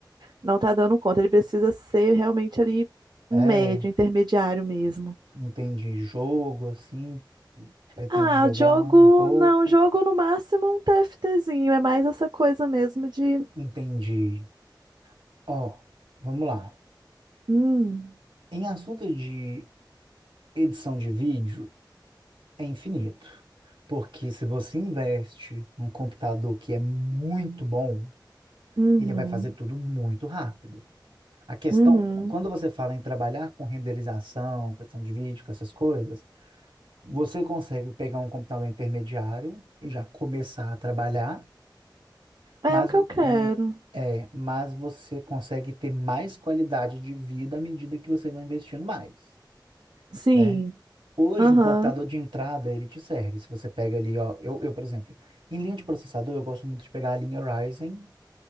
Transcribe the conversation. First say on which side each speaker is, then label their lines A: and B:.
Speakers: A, on the right; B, on the right.
A: Não tá dando conta. Ele precisa ser realmente ali um
B: É,
A: médio, intermediário mesmo.
B: entendi. Jogo, assim, pretende
A: Ah,
B: jogar
A: jogo.
B: um pouco.
A: Não, jogo no máximo um TFTzinho. É mais essa coisa mesmo de.
B: Entendi. Ó, vamos lá.
A: Hum,
B: Em assunto de edição de vídeo, é infinito. Porque se você investe num computador que é muito bom,
A: uhum,
B: ele vai fazer tudo muito rápido. A questão,
A: uhum.
B: quando você fala em trabalhar com renderização, questão de vídeo, com essas coisas, você consegue pegar um computador intermediário e já começar a trabalhar,
A: É
B: mas,
A: o que eu quero.
B: hum, é, mas você consegue ter mais qualidade de vida à medida que você vai investindo mais.
A: Sim,
B: né? Hoje,
A: aham.
B: um computador de entrada, ele te serve. Se você pega ali, ó, eu, eu, por exemplo, em linha de processador, eu gosto muito de pegar a linha Ryzen,